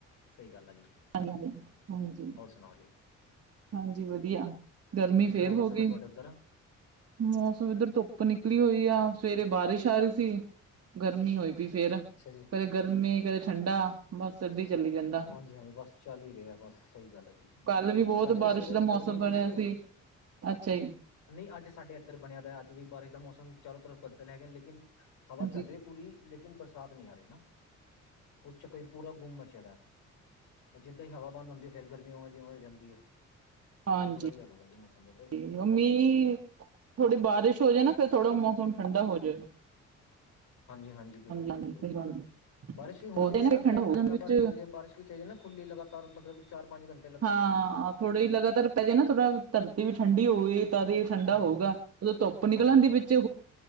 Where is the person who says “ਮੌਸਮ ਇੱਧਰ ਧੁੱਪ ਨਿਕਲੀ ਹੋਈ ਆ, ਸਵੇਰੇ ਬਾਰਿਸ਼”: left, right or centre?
Right